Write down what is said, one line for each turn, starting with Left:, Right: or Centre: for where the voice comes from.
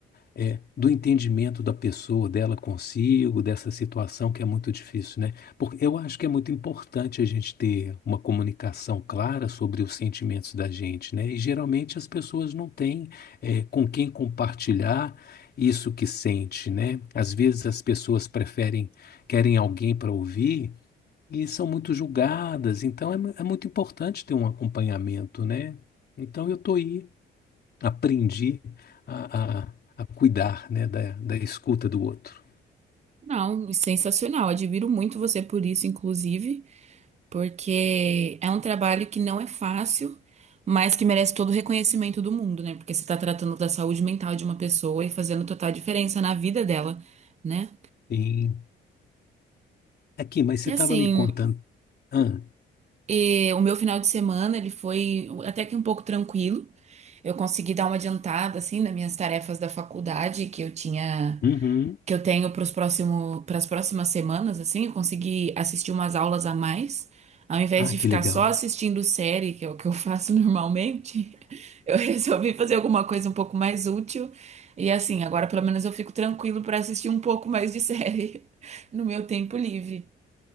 Left: eh, do entendimento da pessoa, dela consigo, dessa situação que é muito difícil, né? Porque eu acho que é muito importante a gente ter uma comunicação clara sobre os sentimentos da gente, né? E geralmente as pessoas não têm eh, com quem compartilhar isso que sente, né? Às vezes as pessoas preferem, querem alguém para ouvir e são muito julgadas, então é, mu- é muito importante ter um acompanhamento, né? Então eu estou aí, aprendi a, a, a cuidar, né, da, da escuta do outro.
Right: Não, sensacional. Admiro muito você por isso, inclusive, porque é um trabalho que não é fácil, mas que merece todo o reconhecimento do mundo, né? Porque você tá tratando da saúde mental de uma pessoa e fazendo total diferença na vida dela, né?
Left: E, aqui, mas você
Right: E
Left: estava
Right: assim,
Left: me contando. Ah,
Right: E o meu final de semana, ele foi até que um pouco tranquilo. Eu consegui dar uma adiantada, assim, nas minhas tarefas da faculdade que eu tinha,
Left: uhum.
Right: que eu tenho para os próximo, para as próximas semanas, assim. Eu consegui assistir umas aulas a mais. Ao invés
Left: Ah,
Right: de
Left: que
Right: ficar
Left: legal.
Right: só assistindo série, que é o que eu faço <laughs> normalmente, eu resolvi fazer alguma coisa um pouco mais útil. E assim, agora pelo menos eu fico tranquilo para assistir um pouco mais de série <laughs> no meu tempo livre.